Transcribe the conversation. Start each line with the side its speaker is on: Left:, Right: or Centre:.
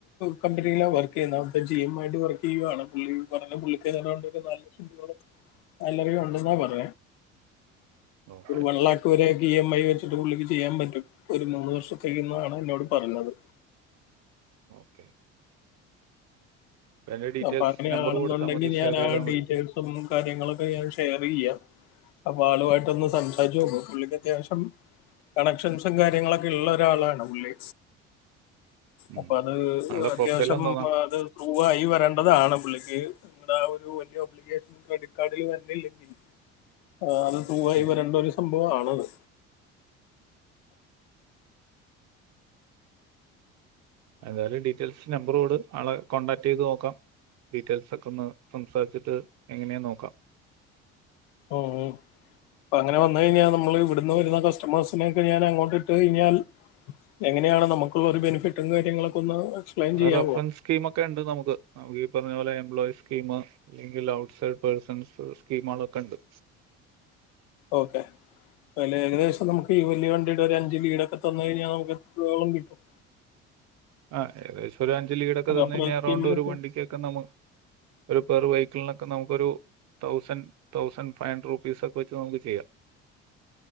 Left: കമ്പനിയില് വർക്ക് ചെയ്യുന്ന അവിടെ ജി എം ആയിട്ട് വർക്ക് ചെയ്യുകയാണ് പുള്ളി പറഞ്ഞ പുള്ളിക്ക് ഏതാണ്ട് ഒരു നാല് ലക്ഷം രൂപോളം സാലറി ഉണ്ടെന്നാ പറ
Right: ഓക്കെ
Left: ഒരു വൺ ലാക്ക് വരെ ഇ എം ഐ വെച്ചിട്ട് പുള്ളിക്ക് ചെയ്യാൻ പറ്റും ഒരു മൂന്ന് വർഷം ന്നാണ് എന്നോട് പറഞ്ഞത്
Right: ഓക്കെ അതിന്റെ ഡീറ്റെയിൽസ്
Left: അപ്പൊ അങ്ങനെയാണെന്നുണ്ടെങ്കി
Right: നമ്പർ കൊടുത്താൽ മതി
Left: ഞാൻ
Right: ഷെയർ
Left: ആ
Right: ചെയ്താൽ
Left: ഡീറ്റെയിൽസും
Right: മതി
Left: കാര്യങ്ങളൊക്കെ ഞാൻ ഷെയറെയ്യാം അപ്പൊ ആളുമായിട്ട് ഒന്ന് സംസാരിച്ച് നോക്ക് പുള്ളി അത്യാവശ്യം കണക്ഷൻസും കാര്യങ്ങളൊക്കെ ഉള്ള ഒരാളാണ് പുള്ളി
Right: ഉം.
Left: അപ്പ അത്
Right: ആളുടെ
Left: അത്യാവശ്യം
Right: പ്രൊഫൈൽ എന്തോന്നാ
Left: അത് പ്രൂവായി വര അതാണ് പുള്ളിക്ക് നിങ്ങടെ ആ ഒരു വേല <unintelligible> ക്രെഡിറ്റ് കാർഡിൽ വരല്ലെങ്കിൽ ആ അത് ടൂവായി
Right: ഉം.
Left: വരേണ്ട ഒരു സംഭവ ആണത്
Right: എന്തായാലും ഡീറ്റെയിൽസ് നമ്പറോട് ആളെ കോൺടാക്ട് ചെയ്ത് നോക്കാം ഡീറ്റെയിൽസോക്കെ ഒന്ന് സംസാരിച്ചിട്ട് എങ്ങനെയാന്ന് നോക്കാം
Left: ഉം അപ്പ അങ്ങനെ വന്നു കഴിഞ്ഞാൽ നമ്മള് ഇവിടുന്ന് വരുന്ന കസ് മേഴ്സിനെയൊക്കെ ഞാൻ അങ്ങോട്ടിട്ട് ഴ്ഞ്ഞാൽ എങ്ങനെയാണ് നമുക്കുള്ള ഒരു ബെനിഫിറ്റും കാര്യങ്ങളൊക്കെ ഒന്ന് എക്സ്പ്ലെയിൻ ചെയ്യാവോ
Right: റഫ്രൻസ്കീം ഒക്കെ ഇണ്ട് നമുക്ക് നമ്മളീപറഞ്ഞ പോലെ എംപ്ലോയിസ്കീമ് അല്ലെങ്കിൽ ഔട്ട്സൈഡ് പേഴ്സൺസ് സ്കീമോളൊക്കെ ഇണ്ട്
Left: ഓക്കെ അല്ലേ ഏകദേശം നമുക്കീ വല്യ വണ്ടിടൊക്കെ വിടൊക്കെ തന്ന് കഴിഞ്ഞാൽ നമുക്ക് എത്രത്തോളം കിട്ടും
Right: ആ ഏകദേശം ഒരു അഞ്ജലിടൊക്കെ
Left: അപ്പൊ
Right: തന്ന്
Left: അപ്പുറ
Right: കഴിഞ്ഞാൽ
Left: സ്കീമിലൊക്കെ
Right: അറൗണ്ട് ഒരു വണ്ടിക്കൊക്കെ നമു ഒരു പെറു വെഹിക്കിളിനൊക്കെ നമുക്കൊരു തൗസന്റ് തൗസന്റ് ഫൈവ് ഹൺഡ്രഡ് റുപ്പീസോക്കെ വെച്ച് നമുക്ക് ചെയ്യാം